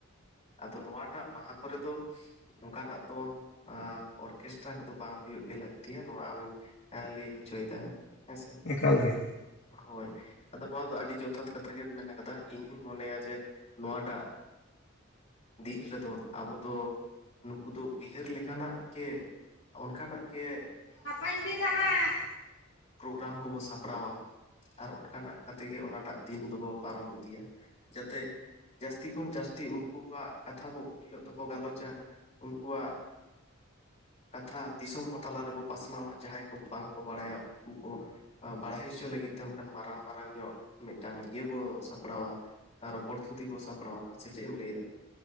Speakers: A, on the left; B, on the left.
A: ᱟᱫᱚ ᱱᱚᱣᱟᱴᱟᱜ ᱢᱟᱦᱟ ᱠᱚᱨᱮ ᱫᱚ ᱱᱚᱝᱠᱟᱱᱟᱜ ᱫᱚ ᱚᱨᱠᱮᱥᱴᱨᱟ ᱠᱚᱫᱚ ᱵᱟᱝ ᱦᱚᱸ ᱦᱩᱭᱩᱜ ᱜᱮ ᱞᱟᱹᱠᱛᱤᱭᱟ ᱱᱚᱣᱟ ᱟᱢᱮᱢ ᱞᱟᱹᱭ ᱦᱚᱪᱚᱭᱮᱫᱟ᱾ ᱦᱮᱸᱥᱮ
B: ᱮᱠᱟᱞ ᱜᱮ
A: ᱦᱳᱭ ᱟᱫᱚ ᱱᱚᱣᱟ ᱫᱚ ᱟᱹᱰᱤ ᱡᱚᱛᱷᱟᱛ ᱠᱟᱛᱷᱟ ᱜᱮ ᱢᱮᱱᱟᱜ ᱠᱟᱫᱟ ᱤᱧᱦᱧ ᱢᱚᱱᱮᱭᱟ ᱡᱮ ᱱᱚᱣᱟᱴᱟᱜ ᱫᱤᱱ ᱨᱮᱫᱚ ᱟᱵᱚ ᱫᱚ ᱱᱩᱠᱩ ᱫᱚ ᱩᱭᱦᱟᱹᱨ ᱞᱮᱠᱟᱱᱟᱜ ᱜᱮ ᱚᱱᱠᱟᱱᱟᱜ ᱜᱮ
B: ᱜᱟᱯᱟᱭ ᱤᱫᱤᱭᱮᱫᱟ ᱦᱟᱜ
A: ᱯᱨᱳᱜᱨᱟᱢ ᱠᱚᱵᱚ ᱥᱟᱯᱲᱟᱣᱟ ᱟᱨ ᱚᱱᱠᱟᱱᱟᱜ ᱠᱟᱛᱮ ᱜᱮ ᱚᱱᱟᱴᱟᱜ ᱫᱤᱱ ᱫᱚᱵᱚ ᱯᱟᱨᱚᱢ ᱤᱫᱤᱭᱟ ᱡᱟᱛᱮ ᱡᱟᱹᱥᱛᱤ ᱠᱷᱚᱱ ᱡᱟᱹᱥᱛᱤ ᱩᱱᱠᱩᱣᱟᱜ ᱠᱟᱛᱷᱟ ᱵᱚ ᱩᱱ ᱦᱤᱞᱳᱜ ᱫᱚᱵᱚ ᱜᱟᱞᱚᱪᱟ ᱩᱱᱠᱩᱣᱟᱜ ᱠᱟᱛᱷᱟ ᱫᱤᱥᱚᱢ ᱦᱚᱸ ᱛᱟᱞᱟ ᱨᱮᱵᱚ ᱯᱟᱥᱱᱟᱣᱟ ᱡᱟᱦᱟᱸᱭ ᱠᱚ ᱵᱟᱝᱠᱚ ᱵᱟᱲᱟᱭᱟ᱾ ᱩᱱᱠᱩ ᱠᱚ ᱵᱟᱲᱟᱭ ᱦᱚᱪᱚ ᱞᱟᱹᱜᱤᱫ ᱛᱮ ᱚᱱᱟᱱ ᱢᱟᱨᱟᱝ ᱢᱟᱨᱟᱝ ᱧᱚᱜ ᱢᱤᱫᱴᱟᱝ ᱤᱭᱟᱹ ᱵᱚᱱ ᱥᱟᱯᱲᱟᱣᱟ ᱨᱚᱯᱚᱲ ᱛᱷᱩᱛᱤ ᱠᱚ ᱥᱟᱯᱲᱟᱣᱟ ᱥᱮ ᱪᱮᱫ ᱮᱢ ᱞᱟᱹᱭ ᱮᱫᱟ᱾